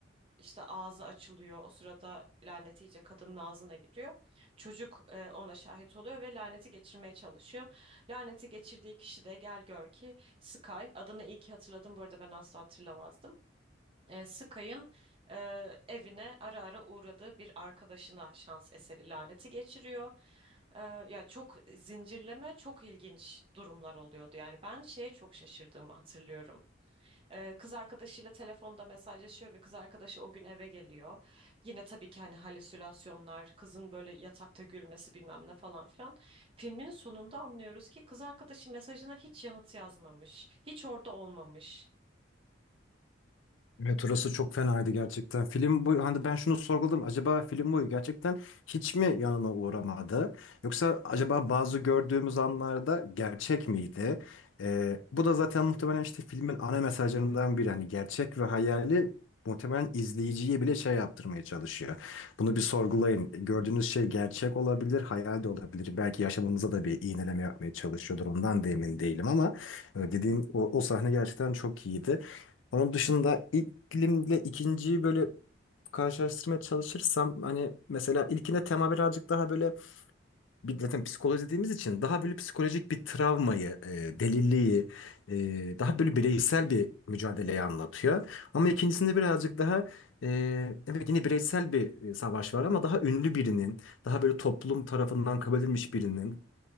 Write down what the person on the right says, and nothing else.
işte ağzı açılıyor. O sırada lanet iyice kadının ağzına giriyor. Çocuk e, ona şahit oluyor ve laneti geçirmeye çalışıyor. Laneti geçirdiği kişi de gel gör ki Sky. Adını iyi ki hatırladım bu arada ben asla hatırlamazdım. E, Sky'ın e, evine ara ara uğradığı bir arkadaşına şans eseri laneti geçiriyor. E, ya çok zincirleme, çok ilginç durumlar oluyordu. Yani ben şeye çok şaşırdığımı hatırlıyorum. Ee, kız arkadaşıyla telefonda mesajlaşıyor ve kız arkadaşı o gün eve geliyor. Yine tabii ki hani halüsinasyonlar, kızın böyle yatakta gülmesi bilmem ne falan filan. Filmin sonunda anlıyoruz ki kız arkadaşı mesajına hiç yanıt yazmamış. Hiç orada olmamış.